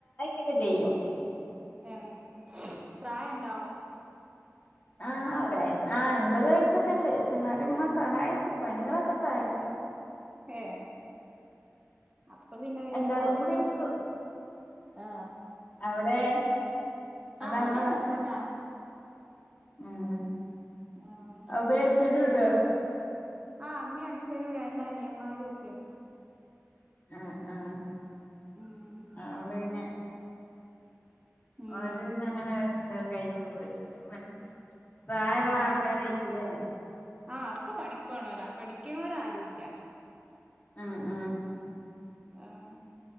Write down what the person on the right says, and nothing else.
ഏഹ് പ്രായണ്ടോ?
ഏഹ് അപ്പ പിന്നെ വെല്യെ
കൊഴപ്പല്ല.
ആഹ്
ആഹ് അവിടെയങ്ങതന്ന
ആഹ്
ആഹ് അമ്മയും അച്ഛനും രണ്ടനിയമാരും ഒക്കെയാണ്
ഉം
ഉം
ആഹ്
ആഹ് ഒക്കെ പണിക്കു പോണരവാ പഠിക്കണവർ ആരുല്ല
ആഹ്